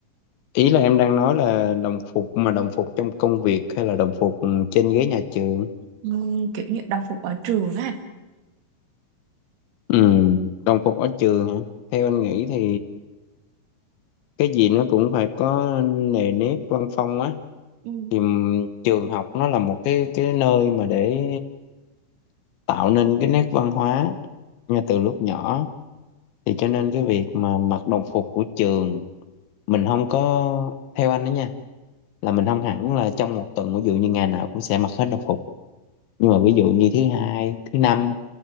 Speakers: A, on the left (about 75°); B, on the right (about 85°).
A: ý là em đang nói là đồng phục mà đồng phục trong công việc hay là đồng phục trên ghế nhà trường?
B: ừ, kiểu như đồng phục ở trường á anh.
A: Ừ, đồng phục ở trường hả? Theo anh nghĩ thì cái gì nó cũng phải có nề nếp văn phong á.
B: ừ.
A: Thì m- trường học nó là một cái cái nơi mà để tạo nên cái nét văn hóa ngay từ lúc nhỏ. Thì cho nên cái việc mà mặc đồng phục của trường mình không có theo anh đó nha là mình không hẳn là trong một tuần ví dụ như ngày nào cũng sẽ mặc hết đồng phục nhưng mà ví dụ như thứ hai thứ năm